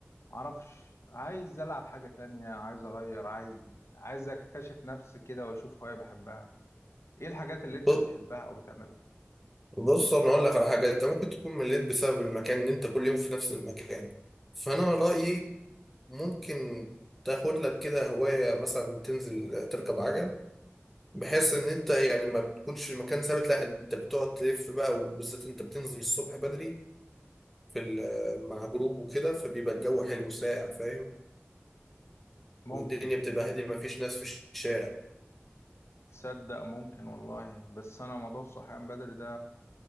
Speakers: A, on the left; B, in the centre.
A: ما اعرفش عايز العب حاجة تانية عايز اغير عايز عايز اكتشف نفسي كده واشوف هواية بحبها ايه الحاجات اللي انت
B: ب-
A: بتحبها او بتعملها
B: بص انا اقول لك على حاجه انت ممكن تكون مليت بسبب المكان ان انت كل يوم في نفس المكان فانا رايي ممكن تاخد لك كده هوايه مثلا تنزل تركب عجل بحيث ان انت يعني ما بتكونش المكان ثابت لا انت بتقعد تلف بقى وبالذات انت بتنزل الصبح بدري في ال- مع جروب وكده فبيبقى الجو حلو ساقع فاهم
A: ممكن
B: والدنيا بتبقى هاديه ما فيش ناس في الشارع
A: تصدق ممكن والله بس انا موضوع الصحيان بدري ده